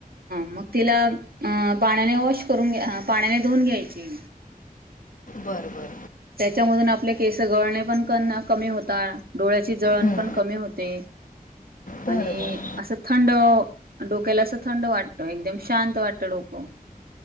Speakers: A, on the right; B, on the left.
A: मग तिला अ पाण्याने वॉश करून घ्या पाण्याने धुवून घ्यायची.
B: बरं बर.
A: त्याच्यामधून आपले केस गळणे पण कमी होतात. डोळ्याची जळण
B: हं,
A: पण कमी होते
B: बरं
A: आणि
B: बरं
A: असं थंड. डोक्याला असं थंड वाटतं एकदम शांत वाटत डोकं.